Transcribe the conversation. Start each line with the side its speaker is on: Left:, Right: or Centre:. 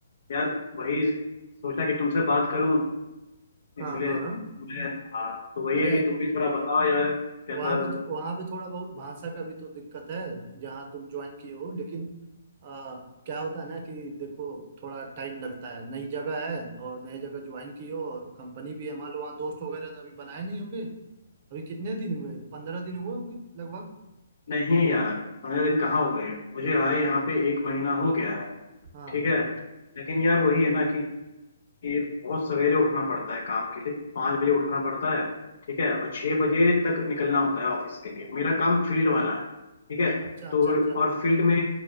Left: यार वही सोचा कि तुमसे बात करूँ इसलिए
Right: हाँ हाँ
Left: मैं हाँ तो वही
Right: अरे
Left: है कि तुम भी थोड़ा बताओ यार कैसा
Right: वहाँ पे तो वहाँ पे थोड़ा बहुत भाषा का भी तो दिक्कत है जहाँ तुम ज्वाइन किए हो लेकिन आ, क्या होता है ना कि देखो थोड़ा टाइम लगता है नई जगह है और नई जगह ज्वाइन की हो और कंपनी भी है मान लो वहाँ दोस्त वगैरह तो अभी बनाए नहीं होंगे अभी कितने दिन हुए पंद्रह दिन हुए होंगे लगभग
Left: नहीं यार पंद्रह दिन कहाँ हो गए मुझे आए यहाँ पे एक महीना हो गया है
Right: हाँ
Left: ठीक है लेकिन यार वही है ना कि कि बहुत सवेरे उठना पड़ता है काम के लिए पाँच बजे उठना पड़ता है ठीक है और छः बजे तक निकलना होता है ऑफिस के लिए मेरा काम फील्ड वाला है ठीक है
Right: अच्छा अच्छा
Left: तो
Right: अच्छा
Left: और फील्ड में